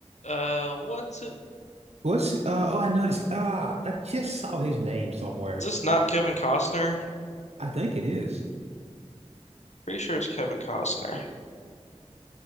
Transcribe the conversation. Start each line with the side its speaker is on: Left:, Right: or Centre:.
Left: Uh, what's it?
Right: What's uh oh I noticed ah I just saw his name somewhere.
Left: Is this not Kevin Costner?
Right: I think it is
Left: Pretty sure it's Kevin Costner.